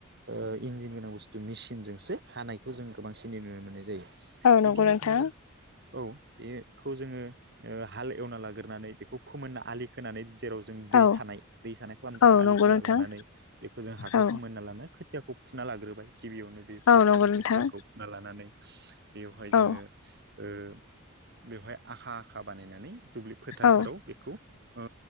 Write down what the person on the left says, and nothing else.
औ नंगौ
नोंथां
औ
औ
नंगौ
नोंथां
औ
औ नंगौ
नोंथां
औ
औ